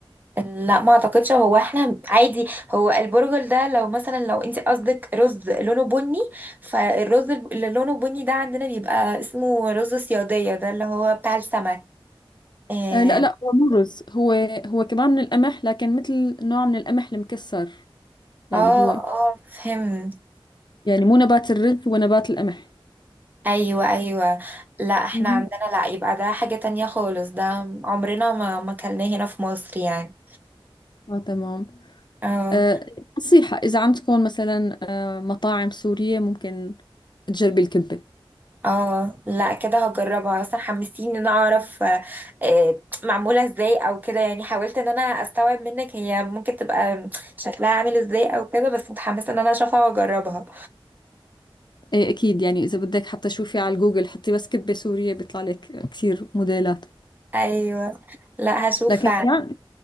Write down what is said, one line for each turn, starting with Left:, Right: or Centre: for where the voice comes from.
Right: لا ما اعتقدش هو احنا عادي هو البرجل ده لو مثلا لو انت قصدك رز لونه بني فالرز اللي لونه بني ده عندنا بيبقى اسمه رز صيادية ده اللي هو بتاع السمك اه
Left: آه لا لا هو مو رز هو هو كمان من القمح لكن مثل نوع من القمح المكسر
Right: اه
Left: يعني هو
Right: آه، فهمت
Left: يعني مو نبات الرز هو نبات القمح
Right: ايوه ايوه لا احنا
Left: مهم.
Right: عندنا لا يبقى ده حاجة تانية خالص ده عمرنا ما ما كلناه هنا في مصر يعني
Left: اه تمام
Right: اه
Left: آه، نصيحة إذا عم تكون مثلا آه، مطاعم سورية ممكن تجربي الكبة
Right: اه لا كده هجربها اصلا حمستيني ان انا اعرف آه، آه، معموله ازاي او كده يعني حاولت ان انا استوعب منك هي ممكن تبقى شكلها عامل ازاي او كده بس متحمسه ان انا اشوفها واجربها
Left: إيه أكيد يعني إذا بدك حتى شوفي على جوجل حطي بس كبة سورية بيطلع لك كثير موديلات
Right: ايوه لا هشوف
Left: لكن
Right: فعلا
Left: في عن-